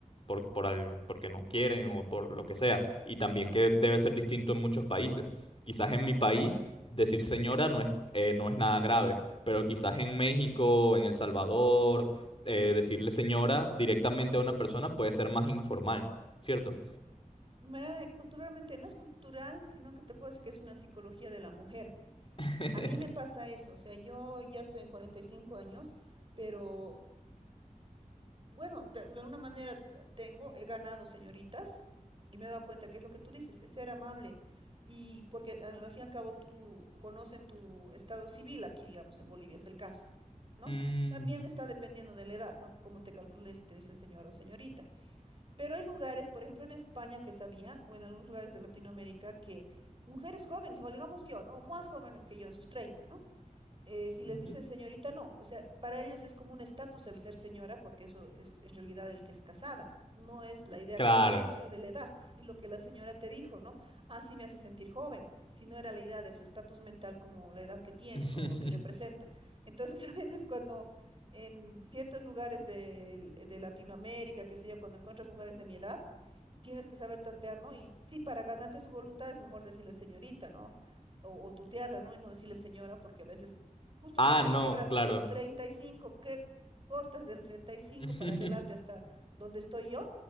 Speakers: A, on the left (about 40°); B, on the right (about 40°).
A: por, por al- porque no quieren o por lo que sea. Y también que debe ser distinto en muchos países. Quizás en mi país decir señora no es, eh, no es nada grave, pero quizás en México, en El Salvador, eh, decirle señora directamente a una persona puede ser más informal, ¿cierto?
B: Mira, eh, culturalmente, no es cultural, sino que te puedo decir que es una psicología de la mujer.
A: <laughs>
B: A mí me pasa eso, o sea, yo ya estoy en 45 años, pero bueno, de alguna manera tengo, he ganado señoritas y me he dado cuenta que es lo que tú dices, es ser amable. Y porque al al fin y al cabo tú conocen tu estado civil aquí, digamos, en Bolivia es el caso, ¿no?
A: Mm,
B: También está dependiendo de la edad, ¿no? Cómo te calcules si te dicen señor o señorita. Pero hay lugares, por ejemplo en España que sabía, o en algunos lugares de Latinoamérica, que mujeres jóvenes, igual digamos yo, ¿no? O más jóvenes que yo, en sus 30, ¿no? eh, si les
A: Ujú.
B: dicen señorita, no, o sea, para ellos es como un estatus el ser señora, porque eso es en realidad el que es casada, no es la idea
A: Claro.
B: que tú tienes, ¿no? De la edad y lo que la señora te dijo, ¿no? ah sí me hace sentir joven, si no era la idea de su estatus mental como la edad que tiene,
A: <laughs>
B: ¿no? O que representa. Entonces, <laughs> a veces cuando en ciertos lugares del- de, Latinoamérica, qué sé yo, cuando encuentras mujeres de mi edad, tienes que saber tantear, ¿no? Y sí, para ganarte su voluntad es mejor decirle señorita, ¿no? O, o tutearla, ¿no? Y no decirle señora, porque a veces, justo
A: Ah,
B: cuando
A: no,
B: quiebras
A: claro.
B: el 35, que cortas del 35
A: <laughs>
B: para adelante hasta donde estoy yo,